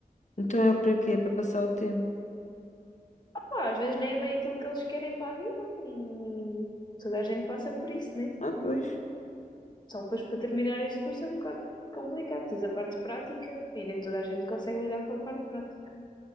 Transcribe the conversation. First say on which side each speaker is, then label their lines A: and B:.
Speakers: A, on the left; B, on the left.
A: Então é para quê? É para passar o tempo.
B: Pá, às vezes nem é bem aquilo que eles querem para a vida e toda a gente passa por isso, né?
A: Ah, pois.
B: Só depois para terminar este curso é um bocado complicado. Tens a parte prática e nem toda a gente consegue lidar com a parte prática.